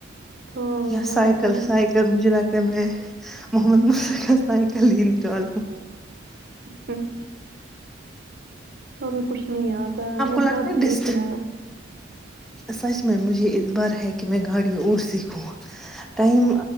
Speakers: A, on the right; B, in the centre.
A: ہاں
B: یا سائیکل
A: وہی ہے
B: سائیکل مجھے لگتا ہے میں محمد مجھ سائیکل ہی نکال دو
A: نا ہمیں کچھ نہیں آتا ہمیں
B: لگتا
A: سب
B: ہے
A: سیکھنا
B: ڈسٹ
A: ہے
B: سچ میں مجھے اس بار ہے کہ میں گاڑی اور سیکھوں ٹائم